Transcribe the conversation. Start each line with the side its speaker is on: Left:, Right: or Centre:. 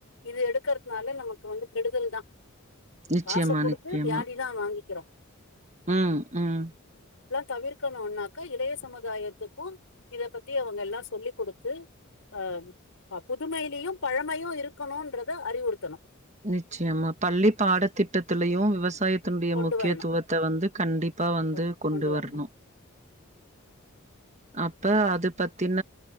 Left: இது எடுக்கறதுனால நமக்கு வந்து கெடுதல் தான்
Right: நிச்சயமா,
Left: காச குடுத்து
Right: நிச்சயமா.
Left: வியாதி தான் வாங்கிக்றோம்
Right: ம் ம்
Left: தவிர்க்கணுனாக்க இளைய சமுதாயத்துக்கும் இத பத்தி அவங்க எல்லாம் சொல்லி் குடுத்து அ புதுமையிலயும் பழமையு இருக்கணுன்றத அறிவுறுதணும்
Right: நிச்சயமா பள்ளி பாடத்திட்டத்திலயும் விவசாய த்தம்பிய
Left: கொண்டு
Right: முக்கியத்துவத்த
Left: வரணு
Right: வந்து கண்டிப்பா வந்து
Left: கொண்
Right: கொண்டு வரணும்
Left: வரணு
Right: அப்ப அது பத்தின